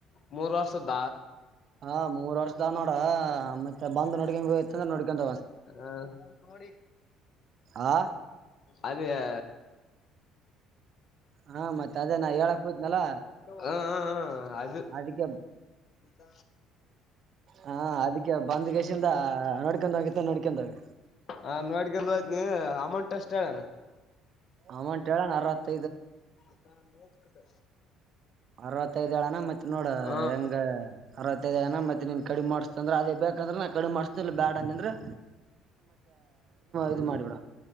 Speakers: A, on the left; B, on the right.
A: ಮೂರ್ ವರ್ಷದ್ದ
B: ಹ ಮೂರ್ ವರ್ಷದ ನೋಡ ಮತ್ತೆ ಬಂದು ನೋಡ್ೊಂಡಗೆ ಹಯ ನೋಡ್ಕೊಂಡ
A: ಹ
B: ಆ
A: ಅದೇ ಹ
B: ಹಾ ಮತ್ತ ಅದೇ ನಾ ಹೇಳಕ್ ಕೂತ್ನಲ್ಲ
A: ಹಾ ಅದು
B: ಅದಕ್ಕೆ
A: ಇತ್ತ
B: ಹಾ ಅದಕ್ಕೆ ಬಂದ್ಗೇಶಿಂದ ನೋಡ್ಕೊಂಡ ಹೋಗತ್ತ ನೋಡ್ಕೊಂಡಾಗ
A: ಹ ನೋಡ್ಗ ಹಯ್ತ ನೀ ಅಮೌಂಟ್ ಎಷ್ಟ್ ಹೇಳಣ
B: ಅಮಂ ಹೇಳಣ ಅರವತ್ತು
A: ಅದಾ ನೋದದೆ
B: ಅರವತ್ತೈದ್ ಳನಾ ಮತ್ತ್ ನೋಡ
A: ಹ
B: ಹೆಂಗ ಅರತದೇನ ಮತ್ತ ನೀನ್ ಕಡಿಮ ಮಾಡತ ಅ್ರ ಅದ ಬೇಕಂದ್ರ ನ ಕಡಿಿ ಮಾಡ್ತತಿಿಲ್ಲ ಬ್ಯಾಡ ಅನ ಅ್ರೆ
A: ಹ್ಮ
B: ಇದು ಮಾಡಿಬಿಡ